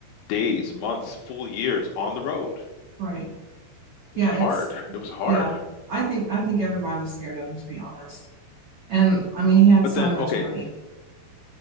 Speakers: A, on the left (about 80°); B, on the right (about 75°).
A: days, months, full years on the road.
B: Right. Yeah,
A: It was hard.
B: it's
A: It was hard.
B: yeah. I think I think everybody was scared of him to be honest. And I mean, he had
A: But
B: so
A: then,
B: much
A: okay,
B: money.